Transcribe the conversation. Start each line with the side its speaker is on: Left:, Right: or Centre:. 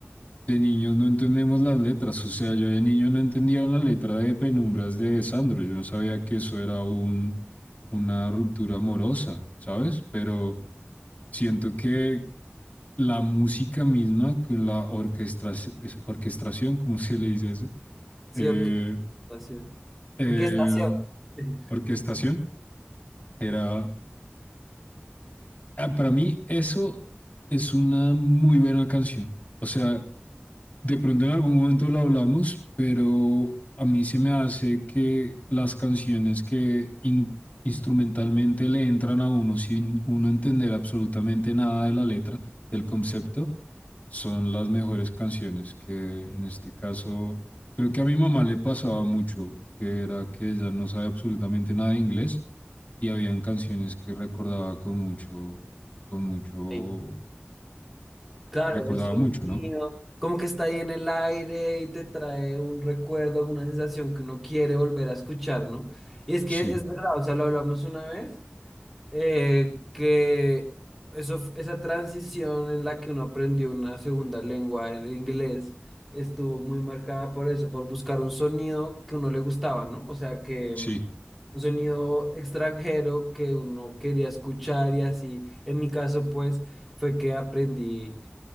Left: de niños no entendemos las letras, o sea, yo de niño no entendía una letra de Penumbras de Sandro, yo no sabía que eso era un, una ruptura amorosa, ¿sabes? Pero siento que la música misma con la orquestra, orquestación, ¿cómo se le dice eso?
Centre: Sí,
Left: Eh,
Centre: orquestación.
Left: eh,
Centre: Orquestación. Sí.
Left: orquestación, era Ah, para mí eso es una muy buena canción. O sea, de pronto en algún momento lo hablamos, pero a mí se me hace que las canciones que in- instrumentalmente le entran a uno sin uno entender absolutamente nada de la letra, del concepto, son las mejores canciones, que en este caso creo que a mi mamá le pasaba mucho, que era que ella no sabe absolutamente nada de inglés y habían canciones que recordaba con mucho, con mucho,
Centre: Sí. Claro,
Left: recordaba
Centre: el sonido,
Left: mucho, ¿no?
Centre: como que está ahí en el aire y te trae un recuerdo, alguna sensación que uno quiere volver a escuchar, ¿no? Y es
Left: Sí,
Centre: que es verdad, o sea, lo hablamos una vez. Eh, que eso, f- esa transición en la que uno aprendió una segunda lengua, el inglés, estuvo muy marcada por eso, por buscar un sonido que uno le gustaba, ¿no? O sea, que
Left: sí.
Centre: mm, un sonido extranjero que uno quería escuchar y así. En mi caso, pues, fue que aprendí